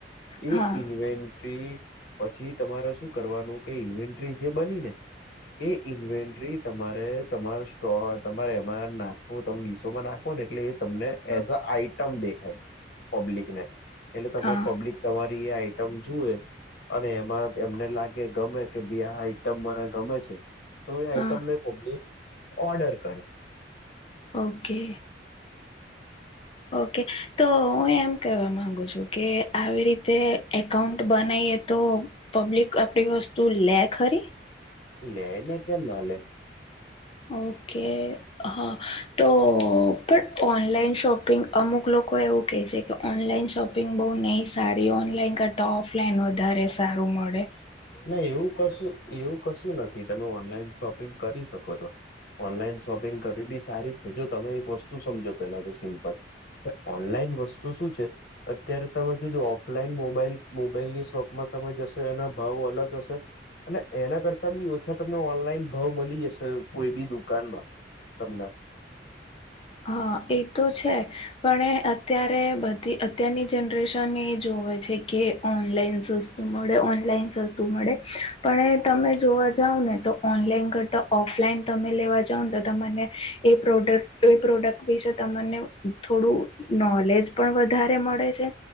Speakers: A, on the left; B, on the left.
A: એ
B: હા,
A: ઇન્વે ટી પછી તમારે શું કરવાનું કે ઇવેન્ટ્રી જે બની ને. એ ઈવેન્ટ્રી તમારે તમાર સ્ટોક તમારે એમાં નાખવો તમે મિશો માં નાખો ને એટલે એ તમને
B: હા,
A: એદ અ આઈટમ દેખાય. પબ્લિકને એટલે તમા
B: હા,
A: પબ્લિક તમારી એ આઈટમ જુએ અને એમાં એમને લાગે ગમે કે બી આ આઈટમ મને ગમે છે. તો એ આઈટમને
B: હા,
A: પબ્લીક ઓર્ડર કરે.
B: ઓકે.
A: <unintelligible>
B: ઓકે તો હું એમ કેવા માંગુ છું કે આવી રીતે એકાઉન્ટ બનાઈએ. તો પબ્લિક આપડી વસ્તુ લે ખરી
A: લે ને કેમ ના લે. <unintelligible>
B: ઓકે હા તો પણ ઓનલાઈન શોપિંગ અમુક લોકો એવું કે છે કે ઓનલાઈન શોપિંગ બહુ નહિ સારી ઓનલાઈન કરતા ઓફલાઈન વધારે સારું મળે.
A: ના એવું કશું એવું કશું નથી તમે ઓનલાઈન શોપિંગ કરી શકો છો. ઓનલાઈન શોપિંગ કરવી બી સારી જ છે જો તમે એક વસ્તુ સમજો પેલા તો સિમ્પલ કે ઓનલાઈન વસ્તુ શું છે. અત્યારે તમે જોજો ઓફલાઈન મોબાઈલ મોબાઈલની શોપમાં તમે જશો એના ભાવ અલગ હશે અને એના કરતા બી ઓછા તમને ઓનલાઈન ભાવ મલી જશે. કોઈ બી દુકાનમાં તમને
B: હા એ તો છે પણે અત્યારે બધી અત્યારની જનરેશન એ જોવે છે કે ઓનલાઈન સસ્તું મળે ઓનલાઈન સસ્તું મળે. પણ એ તમે જોવા જાવ ને તો ઓનલાઈન કરતા ઓફલાઈન તમે લેવા જાવ ને તો તમને. એ પ્રોડક્ટ એ પ્રોડક્ટ વિશે તમને થોડું નોલેજ પણ વધારે મળે છે.